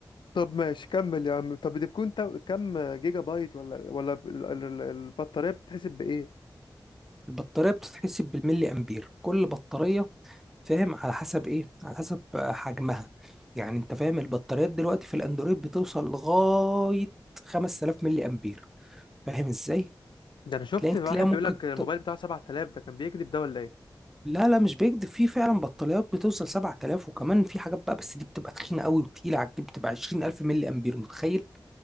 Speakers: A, on the left; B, in the centre.
A: طب ماشي كمل يا عم طب دي بتكون تا- كام جيجا بايت ولا ولا ال- ال- ال- البطارية بتتحسب بإيه؟
B: البطاريه بتتحسب بالملي امبير كل بطاريه فاهم على حسب ايه على حسب آه، حجمها يعني انت فاهم البطاريات دلوقتي في الاندرويد بتوصل لغاية 5000 ملي امبير فاهم ازاي
A: ده انا شفت
B: تلاقي
A: واحد
B: تلاقي ممكن
A: بيقول لك الموبايل
B: ت...
A: بتاعه 7000 ده كان بيكذب ده ولا ايه
B: لا لا مش بيكذب في فعلا بطاريات بتوصل 7000 وكمان في حاجات بقى بس دي بتبقى تخينة قوي وتقيلة على الجيب بتبقى 20000 ملي امبير متخيل